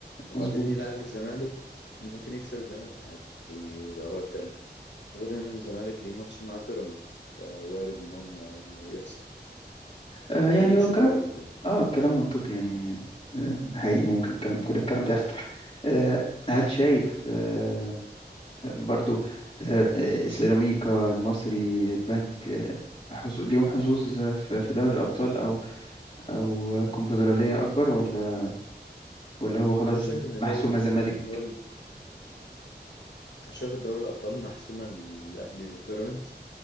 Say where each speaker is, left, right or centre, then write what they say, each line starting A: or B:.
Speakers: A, on the left; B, on the left.
A: وبعدين
B: مظبوط
A: يلعب الزمالك ممكن يكسب الزمالك عادي ويبقى هو التالت غير ان الزمالك ليه ماتش مع بيراميدز فوارد ان هو ما- ما يخسر
B: آه
A: فكل
B: يعني هو
A: شيء
B: الكلام
A: وارد يعني
B: اه الكلام منطقي يعني آه، حقيقي ممكن الكلام كل الكلام ده يحصل آه هل شايف آه برضو آه، آه، السيراميكا المصري البنك آه، حظو- ليهم حظوظ في في دوري الأبطال أو أو كونفدرالية أكبر ولا ولا هو خلاص
A: انا شايف ان
B: محسومة
A: دوري
B: زمالك
A: الدوري شايف دوري الابطال محسومة للاهلي وبيراميدز